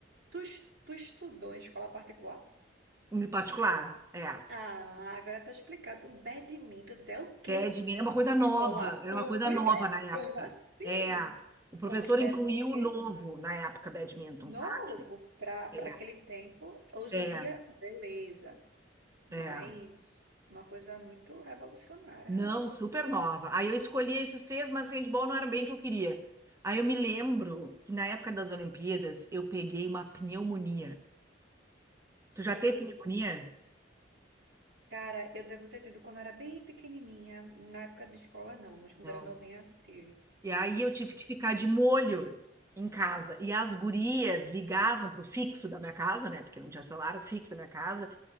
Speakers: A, on the right; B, on the right.
A: Tu, es- tu estudou em escola particular?
B: em particular. É,
A: Ah, agora tá explicado. Com badminton é o quê?
B: badminton de É uma coisa
A: Escola
B: nova, era
A: pública?
B: uma coisa nova na época.
A: Como assim?
B: É, o professor
A: Com- É
B: incluiu
A: porque
B: o novo na época, badminton,
A: novo
B: sabe?
A: para para
B: É,
A: aquele tempo. Hoje
B: é.
A: em dia, beleza. Mas
B: é.
A: uma coisa muito revolucionária,
B: Não,
A: arrasou.
B: super nova. Aí eu escolhi esses três, mas handball não era bem o que eu queria. Aí eu me lembro que na época das Olimpíadas eu peguei uma pneumonia. Tu já
A: E,
B: teve pneumonia?
A: cara, eu devo ter tido quando eu era bem pequenininha. Na época de escola, não. Mas quando
B: Não.
A: eu era novinha, tive.
B: E aí eu tive que ficar de molho em casa. E as gurias ligavam pro fixo da minha casa, né? Porque não tinha celular, o fixo da minha casa.